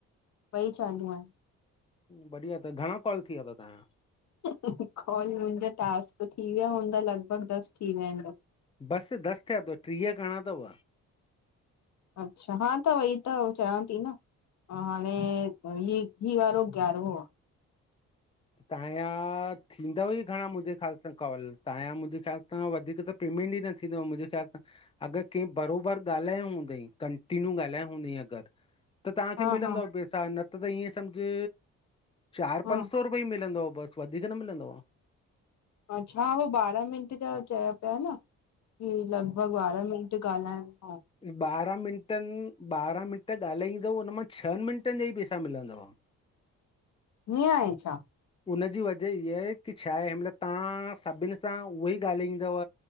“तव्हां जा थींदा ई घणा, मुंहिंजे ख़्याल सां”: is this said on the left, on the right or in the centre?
Left